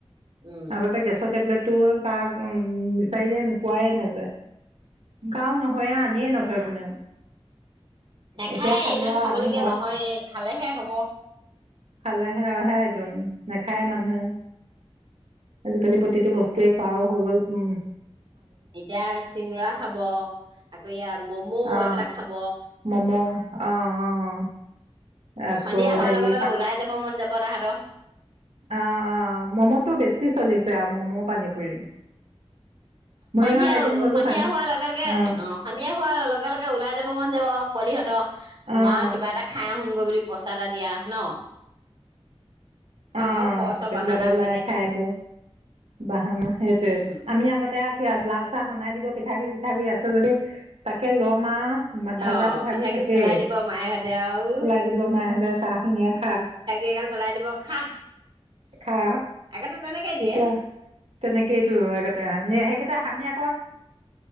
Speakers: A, on the right; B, on the right.
A: উম,
B: আগতে গেছৰ টেবলেটটো তাক উ বিচাৰিলে পোৱাই নাযায়। গাও নহয়ে আনিয়ে নথয় কোনেও।
A: নেখায়
B: এতিয়া খালি
A: ইমান
B: আৰু
A: খাবলগীয়া
B: আমি ঘৰত
A: নহয় খালেহে হ'ব।
B: খালেহে অহেদোন নাখায় মানুহে। আজিকালি প্ৰতিটো বস্তুৱে খোৱাওঁ হৈ গ'ল। উম
A: এতিয়া চিঙৰা খাব আকৌ মম'
B: অঁ
A: এইবিলাক খাব।
B: ম'ম' অঁ অঁ আকৌ
A: সন্ধিয়া হোৱাৰ
B: হেৰি
A: লগে লগে ওলাই যাব মন যাব তাহাতৰ
B: অ'অ' ম'ম'তো বেছি চলিছে আৰু ম'ম' পানী পুৰি। মৰিগাঁৱত
A: সন্ধিয়াও
B: এদিন গ'লো
A: সন্ধিয়া
B: পানী
A: হোৱাৰ লগে লগে অ'
B: অঁ
A: সন্ধিয়া হোৱাৰ লগে লগে লগে ওলাই যাব মন যাব। পোৱালিবোৰৰ
B: অঁ
A: মা কিবা এটা খাই আহোগৈ বুলি প চাৰা দিয়া ন আমাৰো
B: অ'
A: খৰচৰ বাহানা
B: যাবওলাই
A: কৰিলে
B: খাই আব বাহানা সেইটোৱে
A: উম
B: আমি আগতে আছ। লাল চাহ সুনাই দিব পিঠাগুৰি চিঠাগুৰি আছো যদি তাকে লমা ভাজা
A: অ
B: পিঠাগুৰি থাকেই
A: পেলাই দিব মায়েহঁতে আৰু
B: ওলাই দিব। মাহহেঁতে চাহ খুনিয়ে খা
A: এইগাল পেলাই দিব খা
B: খা
A: আগতে তেনেকে দিয়ে
B: এতিয়া তেনেকেইতো আ সেইকেইটা আমি আকৌ